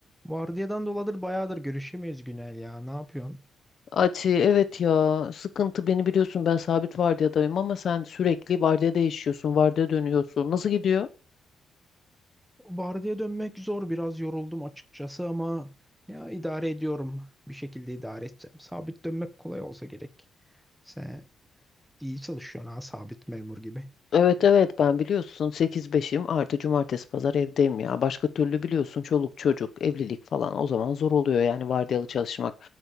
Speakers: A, in the centre; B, on the left (about 55°).
A: Vardiyadan doladır bayağıdır görüşemeyiz Günel ya. Ne yapıyorsun?
B: Ati evet ya sıkıntı beni biliyorsun ben sabit vardiyadayım ama sen sürekli vardiya değişiyorsun vardiya dönüyorsun nasıl gidiyor?
A: Vardiya dönmek zor. Biraz yoruldum açıkçası ama ya idare ediyorum. Bir şekilde idare edeceğim. Sabit dönmek kolay olsa gerek. Sen iyi çalışıyorsun ha sabit memur gibi.
B: Evet evet ben biliyorsun sekiz beşim artı cumartesi pazar evdeyim ya başka türlü biliyorsun çoluk çocuk evlilik falan o zaman zor oluyor yani vardiyalı çalışmak.